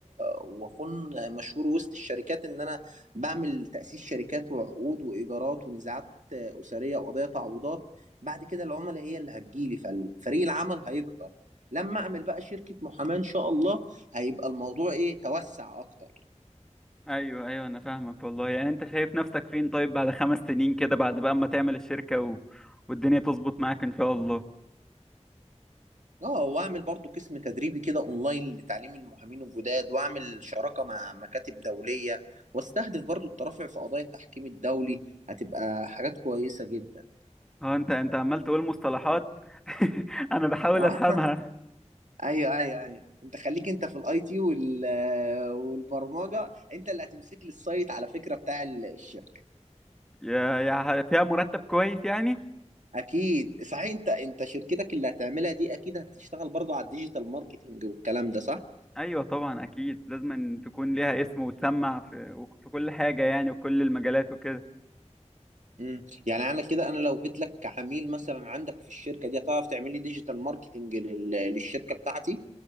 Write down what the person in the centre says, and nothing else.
ايوه ايوه انا فاهمك والله يعني انت شايف نفسك فين طيب بعد خمس سنين كده بعد بقى اما تعمل الشركه و... والدنيا تظبط معاك ان شاء الله
اه انت انت عمال تقول مصطلحات <laughs> انا بحاول
افهمها
يا يا ه- فيها مرتب كويس يعني
ايوه طبعا اكيد لازم أن تكون ليها اسم وتسمع في وك- في كل حاجه يعني وكل المجالات وكده